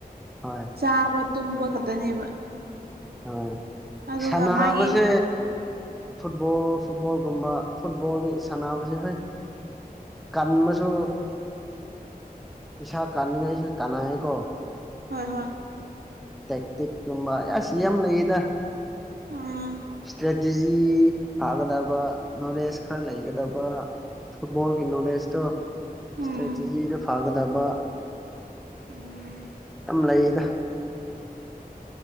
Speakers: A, in the centre; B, on the right (about 85°).
A: ꯍꯣꯏ
B: ꯆꯥꯕ ꯇꯨꯝꯕ ꯈꯛꯇꯅꯦꯕ
A: ꯍꯣꯏ
B: ꯑꯗꯨꯒ
A: ꯁꯥꯟꯅꯕꯁꯦ
B: ꯃꯥꯒꯤ
A: ꯐꯨꯠꯕꯣꯜ ꯐꯨꯠꯕꯣꯜꯒꯨꯝꯕ ꯐꯨꯠꯕꯣꯜꯒꯤ ꯁꯥꯟꯅꯕꯁꯦ ꯍꯣꯏ ꯀꯟꯕꯁꯨ ꯏꯁꯥ ꯀꯥꯟꯅꯤꯡꯉꯥꯏꯁꯨ ꯀꯥꯟꯅꯩꯌꯦꯀꯣ
B: ꯍꯣꯏ ꯍꯣꯏ
A: ꯇꯛ ꯇꯦꯛ ꯇꯨꯝꯕ ꯑꯁ ꯁꯤ ꯌꯥꯝ ꯂꯩꯌꯦꯗ
B: ꯎꯝ
A: ꯏꯁꯇ꯭ꯔꯦꯇꯤꯖꯤ ꯊꯥꯒꯗꯕ ꯅꯣꯂꯦꯖ ꯈꯔ ꯂꯩꯒꯗꯕ ꯐꯨꯠꯕꯣꯜꯒꯤ ꯅꯣꯂꯦꯖꯇꯣ ꯏꯁꯇ꯭ꯔꯦꯇꯖꯤꯗ
B: ꯎꯝ
A: ꯐꯒꯗꯕ
B: ꯎꯝ
A: ꯌꯥꯝ ꯂꯩꯌꯦꯗ